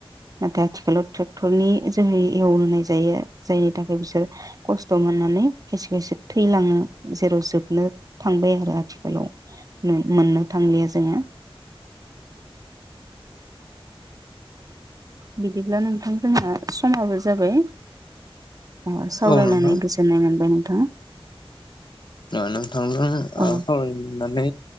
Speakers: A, on the right; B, on the left.
A: नाथाय आथिखालाव ट्रेक्टरनि जोहै एवलोनाय जायो जायनि थाखाय बिसोर खस्थ' मोननानै खायसे खायसे थैलाङो जेराव जोबनो थांबाय आरो आथिखालाव नो मोननो थांलिया जोङो बिदिब्ला नोंथां जोंहा समाबो जाबाय ओ सावरायनानै
B: औ नोंथां
A: गोजोननाय मोन बाय नोंथां
B: ओ नोंथांजों
A: औ
B: ओ सावरानो मोननानै